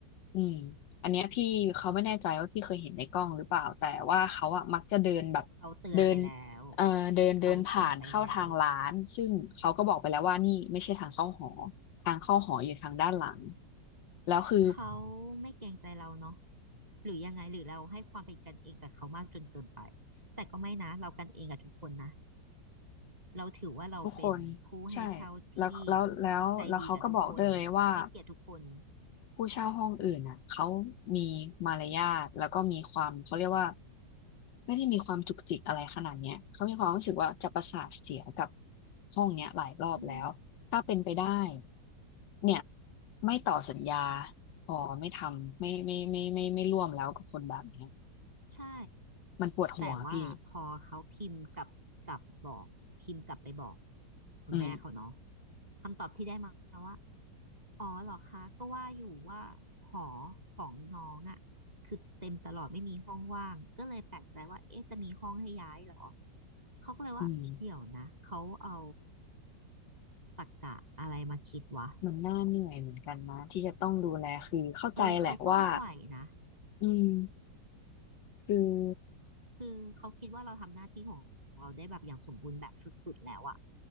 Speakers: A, on the left; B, on the right.
A: อืมอันเนี้ยพี่เขาไม่แน่ใจว่าพี่เคยเห็นในกล้องหรือเปล่า แต่ว่าเขาอะมักจะเดินแบบ
B: เขาเตือนไปแล้ว
A: เดินเอ่อเดินเดินผ่านเข้าทางร้านซึ่งเขาก็บอกไปแล้วว่านี่ไม่ใช่ทางเข้าหอ
B: เขาเตือนไปแล้ว
A: ทางเข้าหออยู่ทางด้านหลังแล้วคือ
B: เขาไม่เกรงใจเราเนาะหรือยังไงหรือเราให้ความเป็นกันเองกับเขามากจนเกินไปแต่ก็ไม่นะเรากันเองกับทุกคนนะเราถือว่าเราเป็นผู้ให้เช่าที่
A: ทุกคนใช่แล้วแล้วแล้วแล้วเขาก็บอกด้วยเลยว่า
B: ใจดีกับทุกคนให้เกียรติทุกคน
A: ผู้เช่าห้องอื่นอ่ะเขามีมารยาทแล้วก็มีความเขาเรียกว่าไม่ได้มีความจุกจิกอะไรขนาดเนี้ยเขามีความรู้สึกว่าจะประสาทเสียกับห้องเนี้ยหลายรอบแล้วถ้าเป็นไปได้
B: อืม
A: เนี่ยไม่ต่อสัญญาพอไม่ทำไม่ไม่ไม่ไม่ไม่ไม่ร่วมแล้วกับคนแบบเนี้ย
B: ใช่
A: มันปวดหัวพี่
B: แต่ว่าพอเขาพิมพ์กลับกลับบอกพิมพ์กลับไปบอกคุณแม่เขาเนาะ
A: อืม
B: คำตอบที่ได้มาว่าอ๋อเหรอคะก็ว่าอยู่ว่าหอของน้องอ่ะคือเต็มตลอดไม่มีห้องว่างก็เลยแปลกใจว่าเอ๊ะจะมีห้องให้ย้ายเหรอเขาก็เลยว่าเดี๋ยวนะเขาเอา
A: อืม
B: ตรรกะอะไรมาคิดวะ
A: มันน่าเหนื่อยเหมือนกันนะที่จะต้องดูแลคือเข้าใจแหละว่า
B: เออเขาก็ไม่ไหวนะ
A: อืมคือ
B: คือเขาคิดว่าเราทำหน้าที่ของเราได้แบบอย่างสมบูรณ์แบบสุดๆแล้วอ่ะ